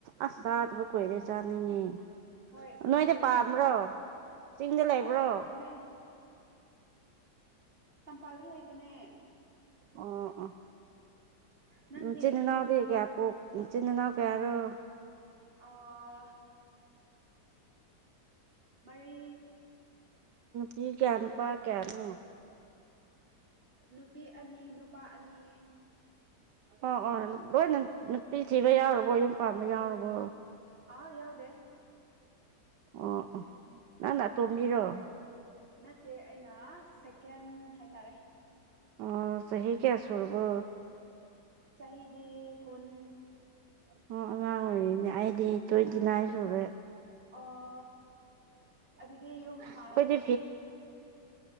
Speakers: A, on the right; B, on the right.
A: ꯑ ꯁꯥ ꯀꯣꯏꯔ ꯆꯥꯅꯤꯡꯉꯦ
B: ꯍꯣꯏ ꯆꯝꯐꯨꯠꯇꯣ
A: ꯅꯣꯏꯗꯤ ꯄꯥꯝꯕ꯭ꯔꯣ
B: ꯌꯥꯝ ꯍꯥꯎꯋꯦ
A: ꯆꯤꯡꯗ ꯂꯩꯕ꯭ꯔꯣ
B: ꯍꯣꯏ ꯄꯥꯝꯃꯦ ꯇꯝꯄꯥꯛꯇ ꯂꯩꯕꯅꯦ
A: ꯑꯣ ꯑꯣ
B: ꯅꯪꯗꯤ
A: ꯎ ꯆꯤꯟꯅꯅꯥꯎꯗꯤ ꯀꯌꯥ ꯄꯣ ꯆꯤꯟꯅꯅꯥꯎ ꯀꯌꯥꯔꯣ
B: ꯑꯥ ꯃꯔꯤ
A: ꯀ ꯀꯅ ꯄꯥꯎ ꯀꯅ
B: ꯅꯨꯄꯤ ꯑꯅꯤ ꯅꯨꯄꯥ ꯑꯅꯤ
A: ꯑꯣ ꯑꯣ ꯂꯣꯏꯅ ꯅꯨꯄꯤ ꯊꯤꯕ ꯌꯥꯎꯔꯕꯣ ꯌꯨꯝ ꯄꯥꯝꯕ ꯌꯥꯎꯔꯕꯣ
B: ꯑꯥ ꯌꯥꯎꯗꯦ
A: ꯑꯣ ꯅꯪ ꯅ ꯇꯣꯝꯕꯤꯔꯣ
B: ꯅꯠꯇꯦ ꯁꯦꯀꯦꯟ ꯍꯥꯏꯇꯥꯔꯦ
A: ꯑꯣ ꯁꯍꯤ ꯀꯌꯥ ꯁꯨꯔꯕꯣ
B: ꯆꯍꯤꯗꯤ ꯀꯨꯟ
A: ꯑꯣ ꯑꯉꯥꯡ ꯑꯣꯏꯔꯤꯅꯦ ꯑꯩꯗꯤ ꯇ꯭ꯋꯦꯟꯇꯤ ꯅꯥꯏꯟ ꯁꯨꯔꯦ
B: ꯑꯣ ꯑꯗꯨꯗꯤ ꯌꯨꯝ ꯄꯥꯂꯝꯝꯒꯅꯤ
A: ꯑꯩꯈꯣꯏꯗꯤ